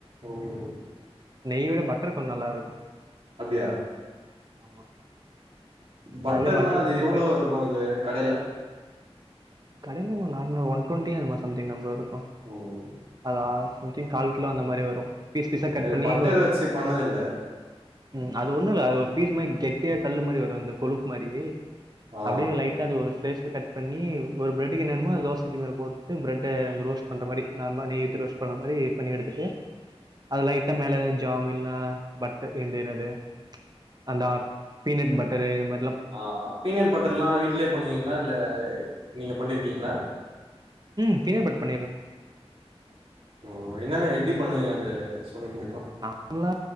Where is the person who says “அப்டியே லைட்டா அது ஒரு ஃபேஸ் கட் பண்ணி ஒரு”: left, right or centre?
Right